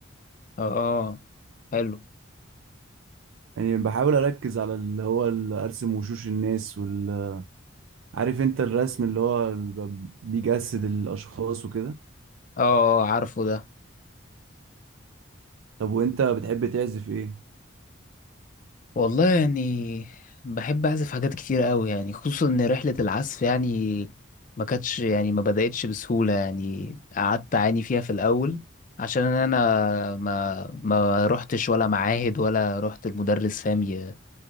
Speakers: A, on the left; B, on the right.
A: اه حلو
B: يعني بحاول اركز على اللي هو ال- ارسم وشوش الناس وال عارف انت الرسم اللي هو ال- بيجسد الاشخاص وكده
A: اه آه، عارفه ده
B: طب وانت بتحب تعزف ايه
A: والله يعني بحب اعزف حاجات كتير قوي يعني خصوصا ان رحلة العزف يعني ما كانتش يعني ما بدأتش بسهولة يعني قعدت اعاني فيها في الاول عشان انا ما ما رحتش ولا معاهد ولا رحت المدرس فاهم ي-